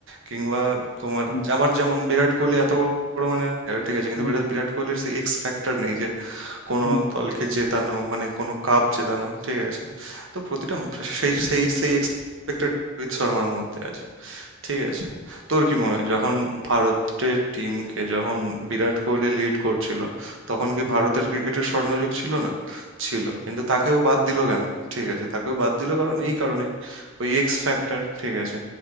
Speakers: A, on the right; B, on the left.
A: কিংবা তোমার
B: হুম
A: আমার যেমন বিরাট কোহলি এত বড় মানে player, ঠিক আছে? কিন্তু
B: হুম
A: বিরাট বিরাট কোহলির সেই এক্স ফ্যাক্টর নেই যে কোনো
B: হুম
A: দলকে জেতানো মানে কোনো কাপ জেতানো ঠিক আছে তো প্রতিটা সেই সেই সেই এক্সপেক্টেড রোহিত শর্মার মধ্যে আছে ঠিক আছে। তোর কি মনে হয় যখন ভারতের টিমকে যখন বিরাট কোহলি লিড করছিল তখন কি
B: হুম
A: ভারতের ক্রিকেটের স্বর্ণযুগ ছিল না? ছিল। কিন্তু তাকেও বাদ দিল কেন? ঠিক আছে তাকেও বাদ দিল কারণ এই কারণেই ওই এক্স ফ্যাক্টর ঠিক আছে।